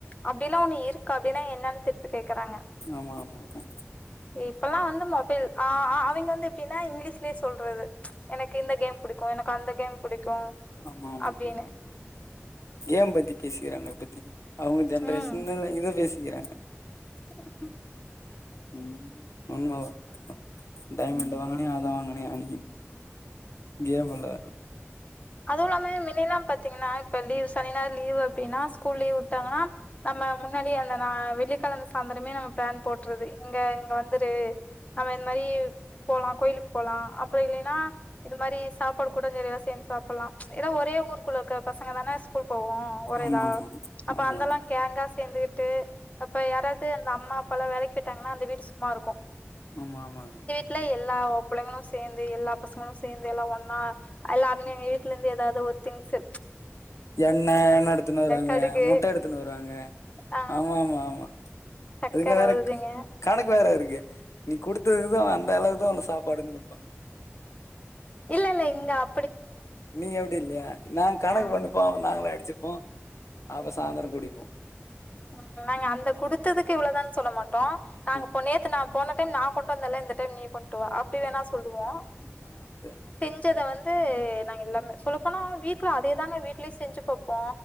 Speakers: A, on the left; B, on the left.
A: அப்டிலா ஒண்ணு இருக்கா அப்டின்னா என்னன் திருப்பி கேக்குறாங்க
B: ஆமா ஆமா ஆமா
A: இப்பல்லா வந்து மொபைல் ஆ ஆ அவிங்க வந்து எப்டின்னா இங்கிலீஷ்லயே சொல்றது எனக்கு இந்த கேம் புடிக்கு எனக்கு அந்த கேம் புடிக்கு
B: ஆமா ஆமா
A: அப்டின்னு
B: கேம் பத்தி பேசிக்கிறாங்க இப்பத்திக்கி அவுங்க ஜென்ரேஷன்னுல
A: ம்
B: இத பேசிக்கிறாங்க
A: <unintelligible>
B: ம் உண்ம தா டைமெண்டு
A: ம்
B: வாங்னே அத வாங்கனே அப்டிங்கிது கேமுல
A: அதுவுல்லாம மின்னெலா பாத்தீங்கன்னா இப்ப லீவ் சனி ஞாயிறு லீ்வு அப்டின்னா ஸ்கூல் லீவ் விட்டாங்கன்னா நம்ம முன்னாடி அந்த நா வெள்ளிக்கெழம சாய்ந்தரமே நம்ம பிளான் போட்றது எங்க இங்க வந்துரு அவ இந்மாரி போலா கோயிலுக்கு போலா அப்பயில்லைன்னா இது மாரி சாப்பாடு கூட நிறையா சேந்து சாப்பல்லா ஏனா ஒரே ஊருக்குள்ள இருக்க பசங்க தானே ஸ்கூல் போவோ ஒரேதா
B: ஆமா ஆமா
A: அப்ப
B: ஆமா
A: அங்கெல்லா
B: ஆமா
A: கேங்கா சேந்துகிட்டு அப்ப யாராவது அந்த அம்மா அப்பாலா வேலைக்கு போய்ட்டாங்கன்னா அந்த வீடு சும்மாருக்கு
B: ஆமா ஆமாங்க
A: ட்ல எல்லா புள்ளைங்களு சேந்து எல்லா பசங்களு சேந்து எல்லா ஒன்னா எல்லா அவிங்க அவிங்க வீட்ல இந்து ஏதாவது ஒரு திங்ஸ்சு
B: எண்ண எண்ண எடுத்துனு வருவாங்க
A: கடுகு
B: முட்ட எடுத்துனு வருவாங்க
A: ஆ
B: ஆமா ஆமா ஆமா
A: சக்கர
B: அதுல வேறக்
A: ஒருதிங்க
B: கணக்கு வேற அதுக்கு நீ குடுத்ததுக்கு தா அவ அந்த அளவு தா ஒனக் சாப்பாடுனு கொடுப்பாங்
A: இல்ல இல்ல இங்க அ
B: நீங்க அப்டி இல்லையா நாங் கணக்கு
A: ஆஹ
B: பண்ணுப்போ அப்றோ நாங்களே அடிச்சுப்போ அப்ப சாந்தரோ கூடிப்போ
A: ம் நாங்க அந்த குடுத்ததுக்கு இவ்வளோதான் சொல்ல மாட்டோ நாங்க
B: ஆ
A: பொ நேத்து நா போன டைம் நா கொண்ட்டு வந்தேல இந்த டைம் நீ கொண்ட்டு வா அப்டி வேணா சொல்லுவோ
B: ஆமா ஆமா அப்டே நாங்க பண்ணுவோ
A: ஞ்சத வந்து நாங்க எல்லாமே சொல்ல போனா வீக்ல அதேதான வீட்லுயு செஞ்சு பாப்போ